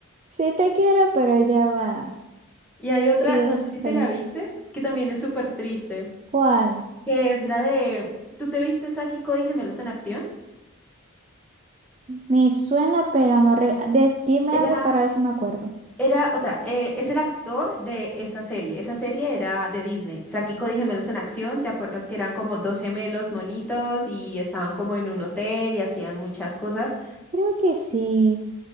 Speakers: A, on the right; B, in the centre.
A: Sí te quiero, pero ya va.
B: Y hay otra,
A: Y yo,
B: no sé si te
A: vale,
B: la viste, que también es súper triste,
A: ¿cuál?
B: que es la de, ¿tú te viste Saki y Cody Gemelos en Acción?
A: Me suena, pero no... re- des- Dime
B: Era,
A: algo para ver si me acuerdo.
B: era, o sea, eh, es el actor de esa serie. Esa serie era de Disney. Saki y Cody Gemelos en Acción, ¿te acuerdas que eran como dos gemelos monitos y estaban como en un hotel y hacían muchas cosas?
A: Creo que sí.